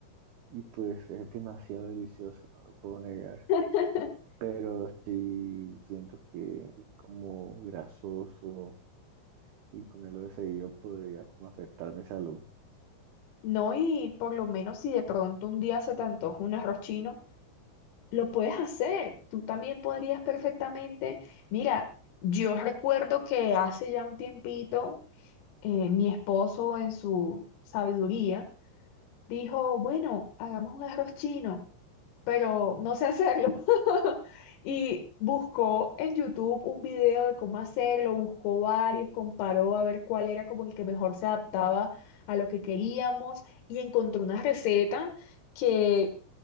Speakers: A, on the right (about 80°); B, on the left (about 85°).
A: Y pues es demasiado delicioso, no lo puedo negar.
B: <laughs>
A: Pero sí siento que es como grasoso y comerlo de seguido podría como afectar mi salud.
B: No, y por lo menos si de pronto un día se te antoja un arroz chino, lo puedes hacer. Tú también podrías perfectamente. Mira, yo recuerdo que hace ya un tiempito eh, mi esposo en su sabiduría dijo, bueno, hagamos un arroz chino, pero no sé hacerlo. <laughs> Y buscó en YouTube un video de cómo hacerlo, buscó varios, comparó a ver cuál era como el que mejor se adaptaba a lo que queríamos y encontró una receta que